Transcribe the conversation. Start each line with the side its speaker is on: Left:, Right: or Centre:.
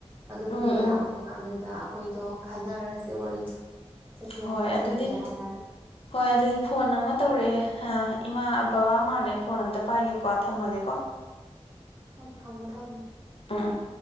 Right: ꯑꯗꯨ
Left: ꯎꯝ
Right: ꯄꯤꯕ
Left: ꯎꯝ
Right: ꯂꯥꯛꯄ ꯀꯥꯟꯗꯨꯗ ꯈꯣꯏꯗꯣ ꯈꯟꯅꯔꯁꯦ ꯋꯥꯔꯤꯗꯣ ꯆꯠꯁꯤ
Left: ꯍꯣꯏ
Right: ꯍꯥꯏꯔ
Left: ꯑꯗꯨꯗꯤ
Right: ꯆꯥꯛꯈꯨꯝꯁꯦ ꯍꯥꯏꯔꯒ
Left: ꯍꯣꯏ ꯑꯗꯨꯗꯤ ꯐꯣꯟ ꯑꯃ ꯇꯧꯔꯛꯑꯦ ꯑ ꯏꯃꯥ ꯕꯕꯥ ꯃꯥꯜꯂꯦ ꯐꯣꯟ ꯑꯝꯇ ꯄꯥꯏꯒꯦꯀꯣ ꯊꯝꯃꯒꯦꯀꯣ
Right: ꯑꯣ ꯊꯃꯣ ꯊꯃꯣ
Left: ꯑ